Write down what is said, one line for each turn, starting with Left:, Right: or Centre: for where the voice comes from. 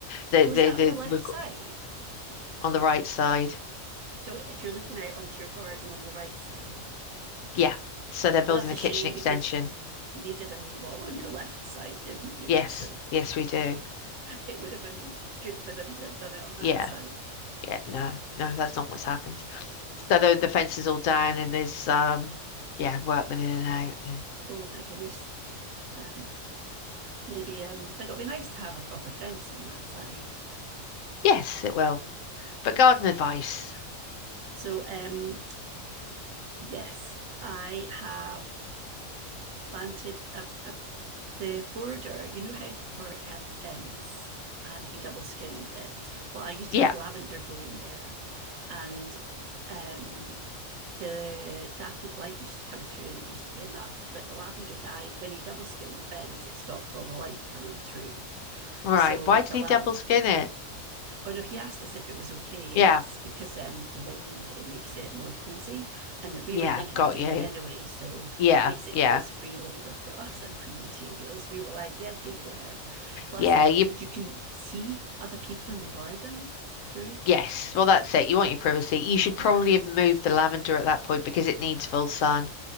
Left: they
Right: Oh,
Left: they
Right: is that
Left: they
Right: on the left
Left: we've
Right: side?
Left: got on the right side.
Right: So, if you're looking out onto your garden on the right side,
Left: Yeah. So they're building
Right: well, that's
Left: the
Right: a
Left: kitchen
Right: shame
Left: extension.
Right: because you needed a new wall on your left side, didn't you?
Left: Yes,
Right: <laughs> So,
Left: yes, we do.
Right: it would have been the- good for them to have done it on that
Left: Yeah,
Right: side.
Left: yeah. No, no, that's not what's happened. So the the fence is all down, and there's um, yeah, workmen in and out, and
Right: Oh, my goodness. Um, maybe, um, but it'll be nice to have a proper fence on that side.
Left: yes, it will. But
Right: Yeah.
Left: garden advice.
Right: So, um, Yes, I have planted a, a, the border. You know how Porrick had the fence and he double skinned it? Well, I used
Left: Yeah.
Right: to have lavender growing there. And um, the dappled light used to come through and it used to be enough, but the lavender died when he double skinned the fence, it stopped all the light coming through.
Left: Right.
Right: So
Left: Why
Right: the
Left: did he
Right: lav-
Left: double skin it?
Right: Oh no, he asked us if it was okay. It's
Left: Yeah.
Right: because um, the wind it makes it more cozy, and we
Left: Yeah.
Right: were thinking
Left: Got
Right: of doing
Left: you.
Right: it anyway. So
Left: Yeah.
Right: it basically
Left: Yeah.
Right: was free labor for us and free materials. We were like, yeah, okay, go ahead. Plus,
Left: Yeah. You.
Right: you can see other people in the garden through it.
Left: Yes. Well, that's it. You want your privacy. You should
Right: Yeah,
Left: probably have moved the lavender at that point because it needs full sun.